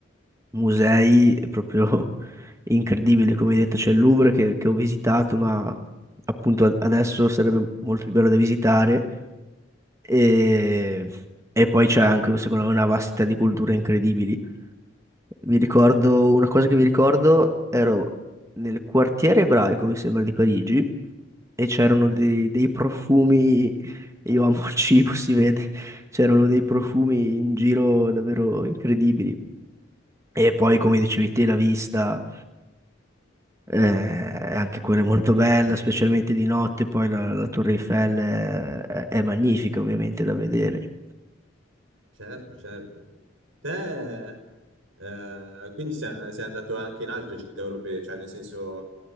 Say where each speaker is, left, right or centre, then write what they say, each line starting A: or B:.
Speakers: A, on the right; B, on the right.
A: musei proprio <laughs> incredibile, come hai detto, c'è il Louvre che, che ho visitato, ma appunto ad- adesso sarebbe molto più bello da visitare, e, e poi c'è anche secondo me una vastità di culture incredibili. Mi ricordo una cosa che mi ricordo, ero nel quartiere ebraico, mi sembra, di Parigi, e c'erano
B: ok.
A: dei, dei profumi, io amo il cibo, si vede, c'erano dei profumi in giro davvero incredibili. E poi,
B: Mm,
A: come dicevi te, la vista, eh, anche quella è molto bella, specialmente di notte, poi la, la Torre Eiffel è, è magnifica ovviamente da vedere.
B: certo, certo. Te Eh, quindi sei, sei andato anche in altre città europee, cioè nel senso,